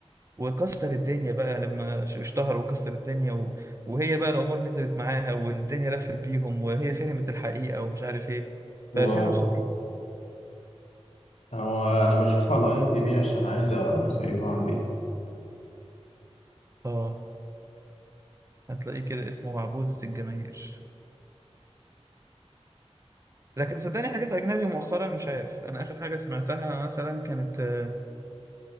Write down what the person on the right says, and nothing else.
وكسر الدنيا بقى لما ش- اشتهر وكسر الدنيا و... وهي بقى الأمور نزلت معاها والدنيا لفت بيهم وهي فهمت الحقيقة ومش عارف ايه ففيلم
خطير
اه هتلاقيه كده اسمه معبودة الجماهير لكن صدقني حاجات أجنبي مؤخرا مش عارف أنا آخر حاجة سمعتها مثلا كانت آه،